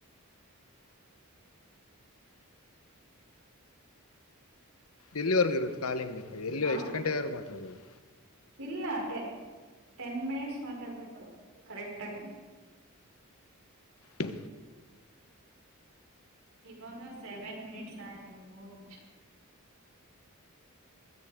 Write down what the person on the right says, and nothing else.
ಹ
ಇಲ್ಲ ಟೆ ಟೆನ್ ಮಿನಿಟ್ಸ್ ಮಾತಾಡ್ಬೇಕು. ಕರೆಕ್ಟ್ ಆಗಿ.
ಇವಾಗ ಸೆವೆನ್ ಮಿನಿಟ್ಸ್ ಆಯ್ತು ಇನ್ ಮೂರ್ ನಿಮಷ.